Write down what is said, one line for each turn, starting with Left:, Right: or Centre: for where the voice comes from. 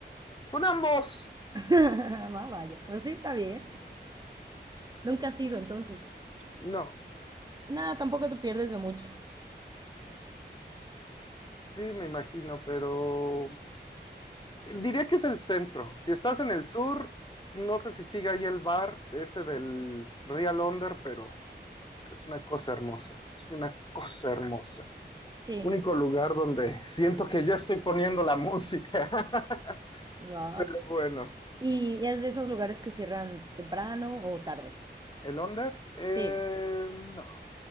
Left: Con ambos,
Right: <laughs> Más vaya. Pues sí, está bien. Nunca has ido entonces.
Left: no,
Right: Nada, tampoco te pierdes de mucho.
Left: sí me imagino, pero Diría que es el centro. Si estás en el sur, no sé si sigue ahí el bar ese del Real Under, pero es una cosa hermosa. Es una cosa hermosa.
Right: Sí.
Left: Único lugar donde siento que yo estoy poniendo la música. <laughs>
Right: Wow.
Left: Pero bueno,
Right: ¿Y es de esos lugares que cierran temprano o tarde?
Left: ¿el Under? Eh,
Right: Sí.
Left: no,